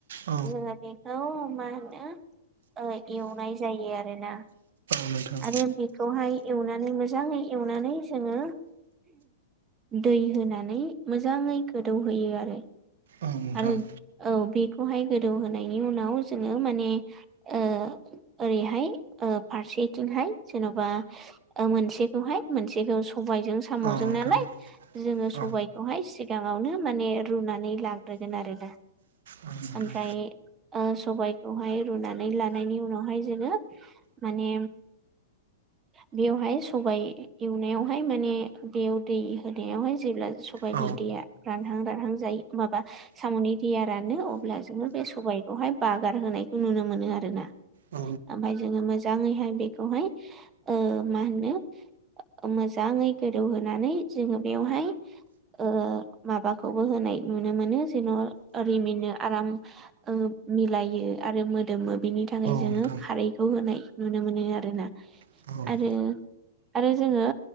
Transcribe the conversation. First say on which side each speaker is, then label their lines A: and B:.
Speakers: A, on the right; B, on the right.
A: औ नोंथां औ
B: जोङो बेखौ मा होनो ओ एवनाय जायो आरोना।
A: नोंथां
B: आरो बेखौहाय एवनानै मोजाङै एवनानै जोङो दै होनानै मोजाङै गोदौहोयो आरो।
A: औ नोंथां।
B: आरो औ बेखौहाय गोदौहोनायनि उनाव जोङो माने ओ ओरैहाय ओ फारसे बिथिंहाय जेन'बा ओ मोनसेखौहाय मोनसेखौ सबायजों साम'जों
A: औ नोंथां
B: नालाय जोङो
A: औ
B: सबायखौहाय सिगाङावनो माने रुनानै लाग्रोगोन आरोना।
A: औ नोंथां।
B: ओमफ्राय ओ सबायखौहाय रुनानै लानायनि उनावहाय जोङो माने <inaudible> बेयावहाय सबाय एवनायावहाय माने बेयाव दै होनायावहाय जेब्ला सबाइ नि
A: औ नोंथां औ
B: दैया रानहां रानहां जायो माबा साम'नि दैआ रानो अब्ला जोंङो बे सबाइखौहाय बागार होनायखौ नुनो मोनो आरोना
A: औ
B: ओमफ्राय जोङो मोजाङैहाय बे खौहाय ओ मा होनो मोजाङै गोदौहोनानै जोङो बेवहाय ओ माबाखौबो होनाय नुनो मोनो जेन' रिमिनो आराम ओ मिलायो आरो मोदोमो बिनि थाखाय जोङो
A: नोंथां
B: खारैखौ होनाय नुनो मोनो आरो। आरोना
A: औ
B: आरो आरो जोङो